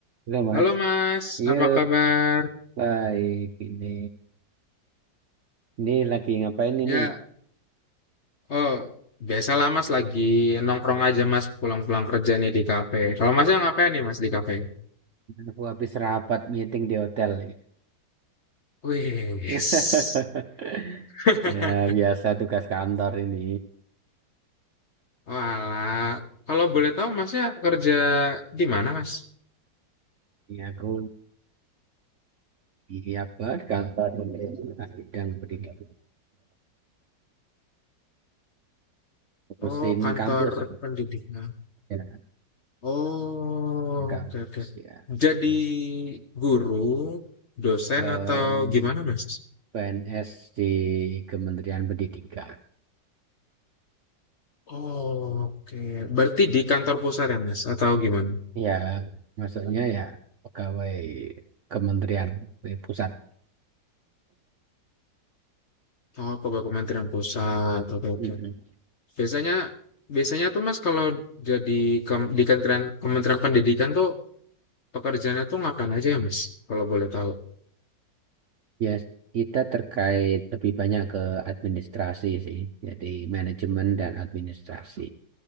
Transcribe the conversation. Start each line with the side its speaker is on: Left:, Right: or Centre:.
Right: Halo Mas,
Left: Halo Mas,
Right: iya
Left: apa kabar?
Right: baik ini. Ini lagi ngapain
Left: Ya,
Right: ini?
Left: oh, biasalah Mas lagi nongkrong aja Mas pulang-pulang kerja nih di kafe. Kalau Masnya ngapain nih Mas di kafe?
Right: Aku habis rapat meeting di hotel nih.
Left: Wis.
Right: <laughs>
Left: <laughs>
Right: Ya biasa tugas kantor ini.
Left: Walah, kalau boleh tahu Masnya kerja di mana Mas?
Right: Ini aku di apa di kantor pemerintah bidang pendidikan. Ngurusin
Left: Oh, kantor
Right: kampus.
Left: pendidikan.
Right: Ya,
Left: Oh,
Right: kampus
Left: oke oke.
Right: ya.
Left: Jadi
Right: Terus,
Left: guru, dosen
Right: eh,
Left: atau gimana Mas?
Right: PNS di Kementerian Pendidikan.
Left: Oh, oke. Berarti di kantor pusat ya Mas atau gimana?
Right: Ya, maksudnya ya pegawai kementerian pusat.
Left: Oh, pegawai Kementerian Pusat. Oke, oke.
Right: Mm-mm.
Left: Biasanya biasanya tuh Mas kalau jadi kem- di Kementerian Kementerian Pendidikan tuh pekerjaannya tuh ngapain aja ya, Mas? Kalau boleh tahu.
Right: Ya, kita terkait lebih banyak ke administrasi sih. Jadi manajemen dan administrasi.